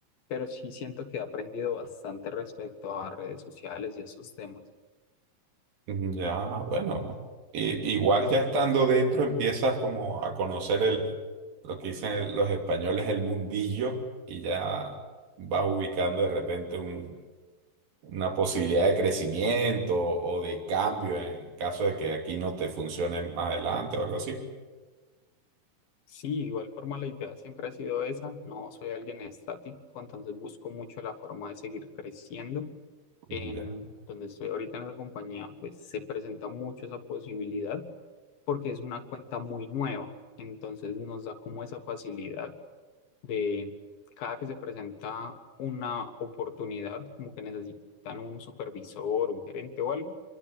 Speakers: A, on the left (about 75°); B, on the right (about 70°).
A: pero sí siento que he aprendido bastante respecto a redes sociales y esos temas.
B: ya, bueno. I- igual ya estando dentro empiezas como a conocer el, lo que dicen los españoles, el mundillo, y ya vas ubicando de repente un una posibilidad de crecimiento o de cambio en caso de que aquí no te funcione más adelante o algo así.
A: Sí, igual forma la idea siempre ha sido esa. No soy alguien estático, entonces busco mucho la forma de seguir creciendo.
B: Ya.
A: En donde estoy ahorita en la compañía, pues se presenta mucho esa posibilidad porque es una cuenta muy nueva. Entonces nos da como esa facilidad de cada que se presenta una oportunidad, como que necesitan un supervisor, un gerente o algo,